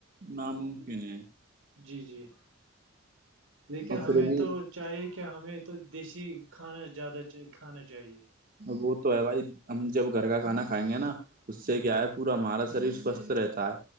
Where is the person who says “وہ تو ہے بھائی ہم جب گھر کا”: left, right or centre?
Right